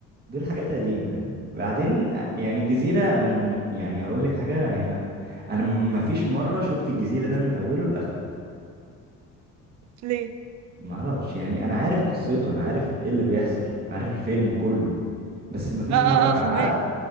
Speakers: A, on the right; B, on the right.
A: دول حاجات قديمة بعدين آه، يعني الجزيرة انا جم- يعني هقول لك حاجة هي انا ما فيش مرة شفت الجزيرة ده من اوله لاخره
B: ليه
A: ما اعرفش يعني انا عارف قصته انا عارف ايه اللي بيحصل عارف الفيلم كله بس ما فيش
B: اه اه
A: مرة قعدت
B: اه فهماك